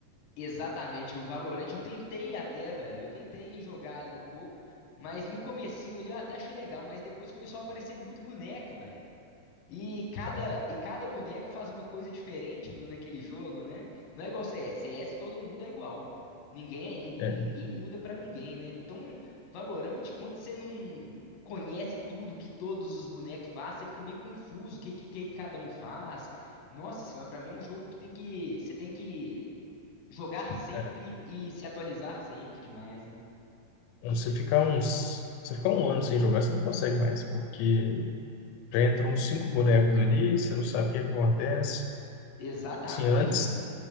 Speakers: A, on the left; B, on the left.
A: Exatamente, o Valorant eu tentei até, velho. Eu tentei jogar ali um pouco, mas no comecinho ali eu até achei legal, mas depois começou a aparecer muito boneco, velho. E cada,
B: Ah, não.
A: e cada boneco faz uma coisa diferente no- naquele jogo, né? Não é igual CS. CS todo mundo é igual. Ninguém, é- ninguém,
B: É,
A: ninguém muda pra ninguém, né? Então, Valorant, quando você não conhece tudo que todos os bonecos fazem, você fica meio confuso, o que, que, que cada um faz. Nossa senhora, pra mim é um jogo que tem que, você tem que jogar sempre
B: é,
A: e se atualizar sempre demais, né?
B: você ficar uns. Você ficar um ano sem jogar, você não consegue mais, porque já entram uns cinco bonecos ali, você não sabe o que acontece.
A: Exatamente,
B: E, tipo assim, antes.
A: velho.